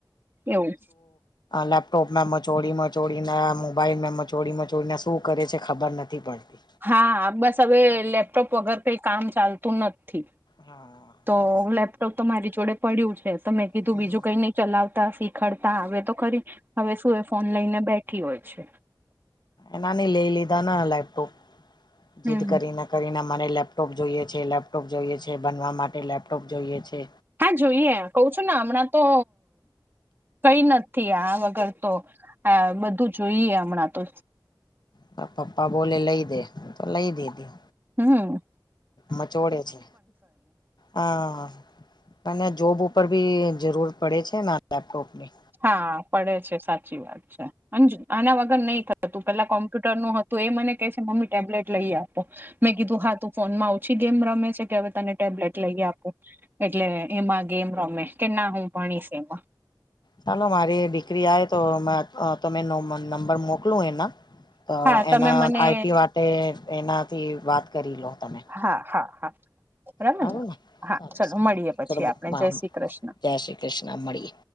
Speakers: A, on the right; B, on the left.
A: એવું
B: લેપટોપમે મચોડી મચોડીને મોબાઈલમે મચોડી મચોડીને શું કરે છે? ખબર નથી પડતી.
A: હા બસ હવે લેપટોપ વગર કંઈ કામ ચાલતું નથી.
B: હા.
A: તો
B: બસ
A: લેપટોપ તો મારી જોડે પડ્યું છે તો મેં કીધું
B: હમ
A: બીજું કંઈ નઈ ચલાવતા શીખ ખરતા આવે તો ખરી. હવે શું એ ફોન લઈને બેઠી હોય છે.
B: એનાં અમે લઈ લીધાને લેપટોપ
A: હમ
B: જીદ કરીને. કરીને મારે લેપટોપ જોઈએ છે. લેપટોપ જોઈએ છે. ભનવા માટે લેપટોપ જોઈએ છે.
A: હા જોઈએ. કઉ છું ને હમણાં તો કંઈ નથ્થી. આ વગર તો આ બધું જોઈએ હમણાં તો.
B: તાર પપ્પા બોલે લઈ દે. તો લઈ દીધી.
A: હમ્મ, હમ્મ.
B: મચોડે છે. અહ અને જોબ ઉપ ઉપર બી જરૂર પડે છે ને આ લેપટોપની.
A: હા પડે છે. સાચ્ચી વાત છે. અન જો આના વગર નહી થતું પેલા કોમ્પ્યુટરનું હ તો એ મને કે છે મમ્મી ટેબ્લેટ લઈ આપો. મેં કીધું હા તું ફોનમાં ઓછી ગેમ રમે છે કે હવે તને ટેબ્લેટ લઈ આપું. એટલે એમાં ગેમ રમે કે ના હું ભણીશ એમાં.
B: ચાલો મારી દીકરી આવે તો માર તમે નો નંબર મોકલો એના. તો
A: હા તમે
B: એના
A: મને
B: આઈ ટી માટે એનાથી વાત કરી લો તમે.
A: હા હા હા બરાબર
B: સારું
A: ને? હા
B: સારું
A: ચલો મળીએ પછી
B: સારું
A: આપડે.
B: ચલો
A: જય શ્રી કૃષ્ણ.
B: જય શ્રી કૃષ્ણ મળીએ.